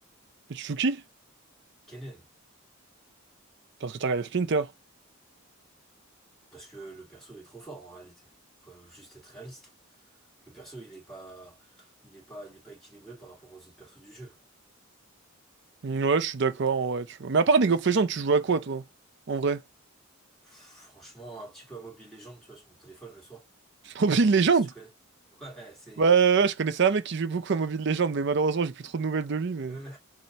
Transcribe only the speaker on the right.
Et tu joues qui?
Parce que t'as regardé Splinter.
Mm, Ouais, je suis d'accord, ouais, tu vois. Mais à part League of Legends, tu joues à quoi, toi? En vrai?
<laughs> Mobile Legends?
Ouais, ouais, ouais, je connaissais un mec qui jouait beaucoup à Mobile Legends, mais malheureusement, j'ai plus trop de nouvelles de lui, mais.